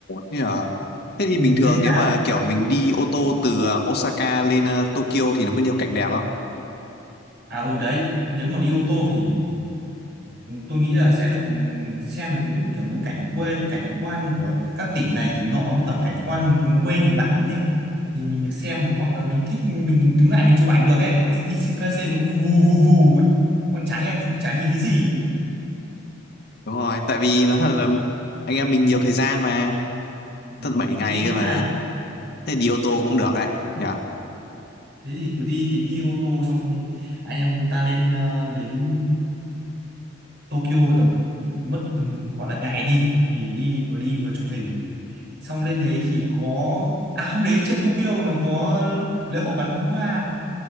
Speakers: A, on the left; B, on the right.
A: thế à? Thế thì
B: ừ,
A: bình thường
B: thế thế
A: nếu
B: nào
A: mà kiểu mình đi ô tô từ ờ, Osaka lên ờ, Tokyo thì nó có nhiều cảnh đẹp không?
B: à ừ đấy nếu mà đi ô tô thì tôi nghĩ là sẽ được ừ, xem được những kiểu như cảnh quê cảnh quan của các tỉnh này tỉnh nọ với cả cảnh quan vùng quê Nhật Bản này thì mình được xem mình hoặc là mình thích mình đứng lại mình chụp ảnh được ấy còn đi Shinkansen nó vù vù vù ấy. còn chả nghe chả nhìn thấy gì
A: Đúng rồi, tại vì nó thật là anh em mình nhiều thời gian mà,
B: ừ.
A: tận 7 ngày
B: thế tính thế
A: cơ mà.
B: nào
A: Thế đi ô tô cũng được đấy, nhỉ?
B: thế thì cứ đi tính đi ô tô xong anh em ta lên ờ, đến Tokyo tầm mất tầm gọi là ngày đi vì đi vừa đi vừa chụp hình xong lên đấy thì có à hôm đấy trên Tokyo nó có lễ hội bắn pháo hoa